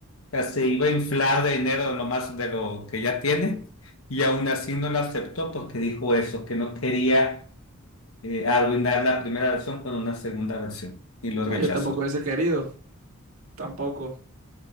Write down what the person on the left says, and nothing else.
O sea, se iba a inflar de dinero de lo más de lo que ya tiene. Y aún así no la aceptó porque dijo eso, que no quería eh, arruinar la primera versión con una segunda versión. Y lo
rechazó.